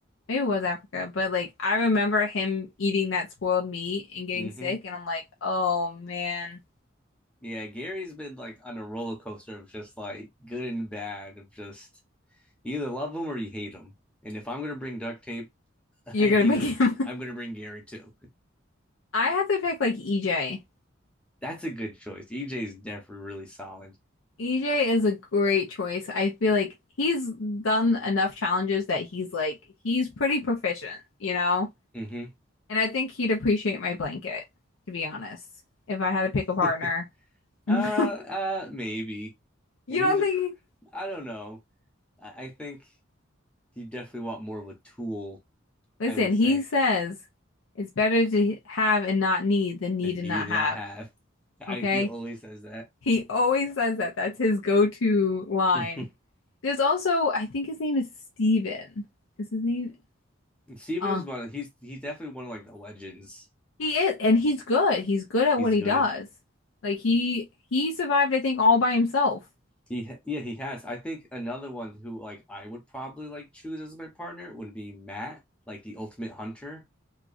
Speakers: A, on the left; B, in the centre.
A: maybe it was Africa. But like I remember him eating that spoiled meat and getting
B: hmm
A: sick and I'm like, "Oh man,
B: Yeah, Gary's been like on a roller coaster of just like good and bad of just you either love him or you hate him. And if I'm gonna bring duct tape, <laughs> I
A: you're gonna
B: need
A: pick
B: to
A: him."
B: I'm gonna bring Gary too.
A: <laughs> I have to pick like EJ.
B: That's a good choice. EJ's definitely really solid.
A: EJ is a great choice. I feel like he's done enough challenges that he's like he's pretty proficient, you know?
B: Mm-hmm.
A: And I think he'd appreciate my blanket, to be honest, if I had to pick a partner.
B: <laughs>
A: <laughs>
B: uh, uh, maybe.
A: You
B: I mean,
A: don't
B: he's a.
A: think
B: I don't know. I, I think you definitely want more of a tool.
A: Listen,
B: I would
A: he
B: say
A: says it's better to have and not need than need
B: than
A: and
B: you
A: not
B: do
A: have.
B: not have. <laughs> I,
A: Okay?
B: he always says that.
A: He always says that. That's his go-to line.
B: <laughs>
A: There's also, I think his name is Steven. Is his name?
B: Steven
A: Uh,
B: is one. Of, he's he's definitely one of like the legends.
A: he is, and he's good. He's good at
B: He's
A: what he
B: good.
A: does. Like he he survived, I think, all by himself.
B: He yeah he has. I think another one who like I would probably like choose as my partner would be Matt, like the ultimate hunter.